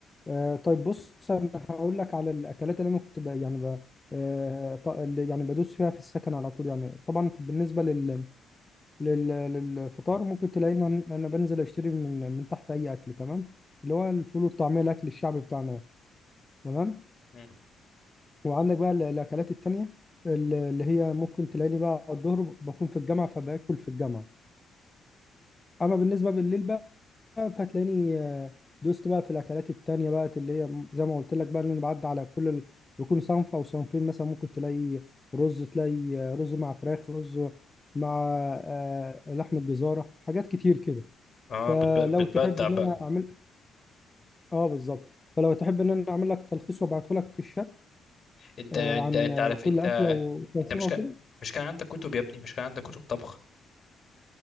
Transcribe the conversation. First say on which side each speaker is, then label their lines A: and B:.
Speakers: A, on the left (about 20°); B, on the left (about 45°).
A: آه، طيب بص انا هقول لك على الاكلات اللي انا كنت ب- يعني ب- آه، ط- اللي يعني بدوس فيها في السكن على طول يعني طبعا بالنسبه لل لل... للفطار ممكن تلاقيني أن- انا بنزل اشتري من من تحت اي اكل تمام اللي هو الفول والطعميه الاكل الشعبي بتاعنا ده تمام
B: مم.
A: وعندك بقى ال- الاكلات التانيه ال- اللي هي ممكن تلاقيني بقى الظهر بكون في الجامعه فباكل في الجامعه اما بالنسبه بالليل بقى فتلاقيني آه، دوست بقى في الاكلات التانية بقى اللي هي زي ما قلت لك بقى ان انا بعدي على كل ال... بيكون صنف او صنفين مثلا ممكن تلاقي رز تلاقي آه، رز مع فراخ رز مع آه، لحمة جزارة حاجات كتير كده
B: اه
A: فلو
B: بتب- بتبدع
A: تحب ان
B: بقى
A: انا اعمل اه بالظبط فلو تحب ان انا اعمل لك تلخيص وابعته لك في الشات
B: انت
A: آه،
B: انت
A: عن
B: انت
A: آه،
B: عارف
A: كل
B: انت
A: اكله وتوصيفها
B: انت مش كان
A: وكده
B: مش كان عندك كتب يا ابني مش كان عندك كتب طبخ